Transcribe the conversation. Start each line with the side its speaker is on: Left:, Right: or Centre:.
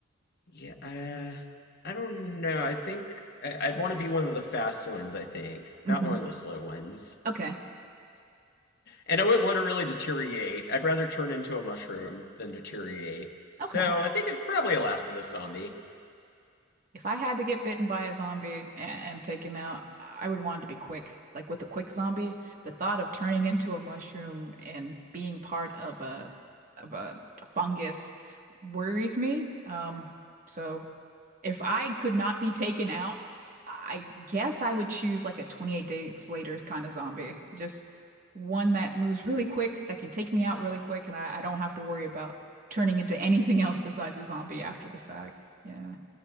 Left: yeah, uh, I don't know. I think I, I'd want to be one of the fast ones, I think,
Right: hmm
Left: not one of the slow ones.
Right: Okay.
Left: And I wouldn't want to really deteriorate. I'd rather turn into a mushroom than deteriorate. So
Right: Okay.
Left: I think it probably a Last of Us zombie.
Right: If I had to get bitten by a zombie and, and taken out, I would want it to be quick. Like with a quick zombie, the thought of turning into a mushroom and being part of a of a fungus worries me. Um, so If I could not be taken out, I guess I would choose like a 28 Days Later kind of zombie. Just one that moves really quick, that can take me out really quick, and I, I don't have to worry about turning into anything else besides a zombie after the fact. Yeah.